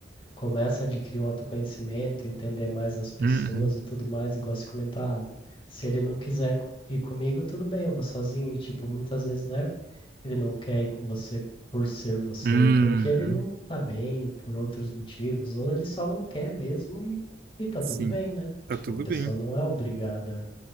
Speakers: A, on the left (about 30°); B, on the right (about 55°).
A: começa a adquirir um autoconhecimento, entender mais as pessoas
B: Uhum.
A: e tudo mais, igual se comentar, "Ah, se ele não quiser ir comigo, tudo bem, eu vou sozinho. E tipo, muitas vezes, né, ele não quer ir com você por ser você,
B: Uhum.
A: é porque ele não tá bem por outros motivos, ou ele só não quer mesmo e, e tá
B: Sim.
A: tudo bem, né?
B: Tá
A: Tipo,
B: tudo
A: a pessoa
B: bem.
A: não é obrigada